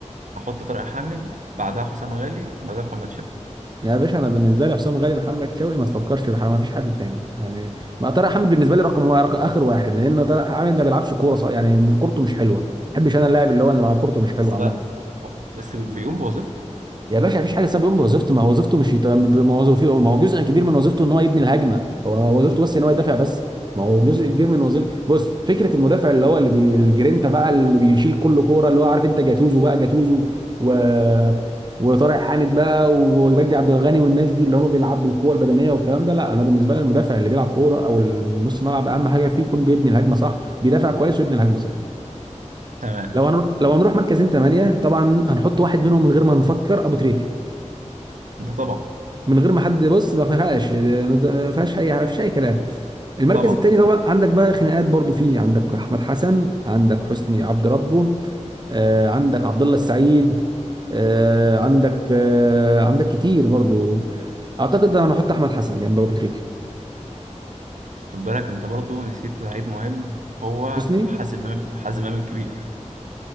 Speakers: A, on the right; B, on the right.
A: هحط طارق حامد بعدها حسام غالي بعدها محمد شابة
B: يا باشا انا بالنسبه لي حسام غالي محمد شوقي ما تفكرش بحاجه ما فيش حد تاني يعني ما طارق حامد بالنسبه لي رقم واحد رقم اخر واحد لان طارق حامد ما بيلعبش كوره صح يعني كورته مش حلوه ما بحبش انا اللاعب اللي هو اللي مع كورته مش
A: بس
B: حلوه عامه
A: ده بس بيقوم بوظيفته
B: يا باشا مفيش حاجه اسمها بيقوم بوظيفته ما هو وظيفته مش يت... ما هو وظيفته ما هو جزء كبير من وظيفته ان هو يبني الهجمه هو وظيفته بس ان هو يدافع بس ما هو جزء كبير من وظيفته بص فكره المدافع اللي هو اللي بي... الجرينتا بقى اللي بيشيل كل كوره اللي هو عارف انت جاتوزو بقى جاتوزو و وطارق حامد بقى ومجدي عبد الغني والناس دي اللي هم بيلعب بالقوه البدنيه والكلام ده لا انا بالنسبه لي المدافع اللي بيلعب كوره او النص ملعب اهم حاجه فيه يكون بيبني الهجمه صح بيدافع كويس ويبني الهجمه صح
A: تمام
B: لو هن... لو هنروح مركزين ثمانيه طبعا هنحط واحد منهم من غير ما نفكر ابو تريكه
A: ده طبعا
B: من غير ما حد بص ما فيهاش يعني ما فيهاش اي ما فيش اي كلام المركز
A: طبعا
B: التاني طبعا عندك بقى خناقات برضو فيه عندك احمد حسن عندك حسني عبد ربه آه، عندك عبد الله السعيد آه، عندك آه، عندك كتير برضو اعتقد انا هحط احمد حسن جنب ابو تريكه
A: خد بالك انت برضو نسيت لعيب مهم هو
B: حسني
A: حازم امام حازم امام الكبير